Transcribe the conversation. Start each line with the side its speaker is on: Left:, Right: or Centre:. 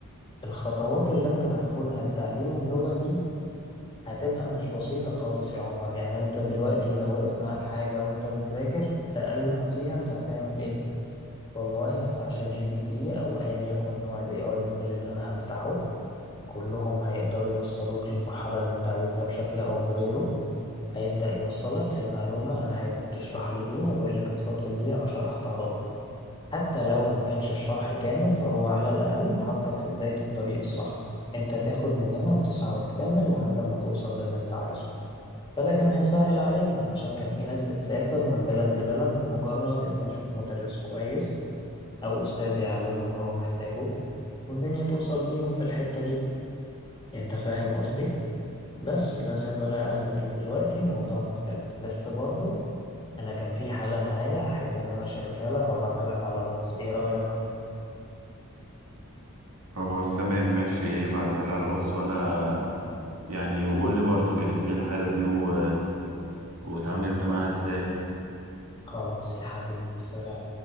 Left: الخطوات اللي انت هتاخدها لتعليم اللغة دي هتبقى مش بسيطة خالص يا عمر يعني انت دلوقتي لو وقف معاك حاجة وانت بتذاكر اقل ما فيها انت هتعمل ايه والله هفتح شات جي بي تي او ايا يكن نوع الاي اي موديل اللي انا هفتحه كلهم هيقدروا يوصلوك للمرحلة اللي انت عايزها بشكل او بغيره هيبدأ يوصلك للمعلومة انا عايزك تشرح لي دي هيقول لك اتفضل دي انا شرحتها لك حتى لو ما كانش الشرح كامل فهو على الأقل حطك في بداية الطريق الصح انت تاخد من هنا وتسعى وتكمل لحد ما توصل للي انت عايزه فده كان هيسهل عليهم عشان كانت في ناس بتسافر من بلد لبلد لمجرد انه يشوف مدرس كويس او استاذ يعلمه اللي هو محتاجه والدنيا توصل بيهم في الحتة دي انت فاهم قصدي بس لا زياد ولا أقل لكن دلوقتي الموضوع مختلف بس برضه انا كان في حالة معايا هحب ان انا اشاركها لك وابعتها لك على الواتس ايه رأيك
Right: خلاص تمام ماشي ابعتها لي على الواتس وأنا يعني وقول لي برضو كانت إيه الحالة دي و... واتعاملت معاها إزاي
Left: خلاص يا حبيبي سلام